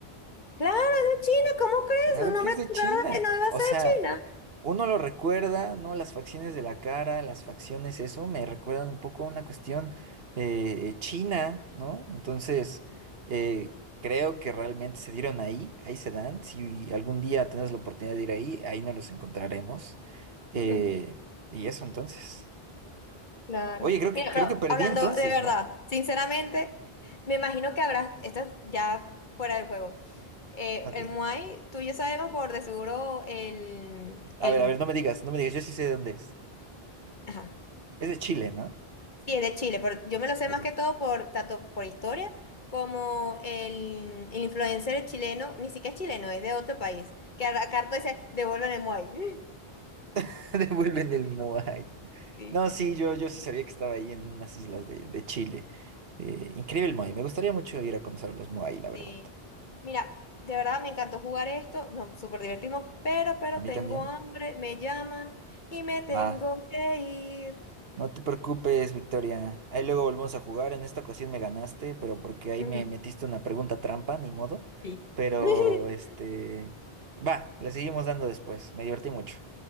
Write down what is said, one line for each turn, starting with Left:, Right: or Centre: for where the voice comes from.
Left: Claro, es de China, ¿cómo crees?
Right: Sí. Claro
Left: Un nombre
Right: que es de
Left: tan
Right: China.
Left: raro que no debe
Right: O
Left: ser
Right: sea,
Left: de China.
Right: uno lo recuerda, ¿no? Las facciones de la cara, las facciones, eso me recuerdan un poco a una cuestión eh, eh, china, ¿no? Entonces, eh, creo que realmente se dieron ahí, ahí se dan. Si algún día tenemos la oportunidad de ir ahí, ahí nos los encontraremos. Eh,
Left: Ujú.
Right: y eso entonces.
Left: Claro.
Right: Oye, creo
Left: Mira,
Right: que, creo
Left: pero
Right: que perdí
Left: hablando
Right: entonces,
Left: de verdad,
Right: ¿no?
Left: sinceramente, me imagino que habrás, esto es ya fuera del juego, eh,
Right: Ok.
Left: el Muay, tú y yo sabemos por de seguro el, el,
Right: A ver, a ver, no me digas, no me digas, yo sí sé de dónde es.
Left: ajá,
Right: Es de Chile, ¿no?
Left: sí, es de Chile, pero yo me lo sé
Right: Ok.
Left: más que todo por, tanto por historia como el, el influencer chileno, ni siquiera es chileno, es de otro país, que a Carto dice, devuelven el Muay. <laughs>
Right: <laughs> Devuelven el Moai.
Left: Sí.
Right: No, sí, yo, yo sí sabía que estaba ahí en unas islas de, de Chile. Eh, increíble el Moai. Me gustaría mucho ir a conocer los Moai, la
Left: Sí.
Right: verdad.
Left: Mira, de verdad me encantó jugar esto. No, súper divertimos, pero, pero
Right: ¿A mí
Left: tengo
Right: también?
Left: hambre, me llaman y me tengo
Right: Va.
Left: que ir.
Right: No te preocupes, Victoria. Ahí luego volvemos a jugar. En esta ocasión me ganaste, pero porque ahí
Left: Ujú.
Right: me metiste una pregunta trampa, ni modo.
Left: Sí.
Right: Pero,
Left: <laughs>
Right: este... Va, le seguimos dando después. Me divertí mucho.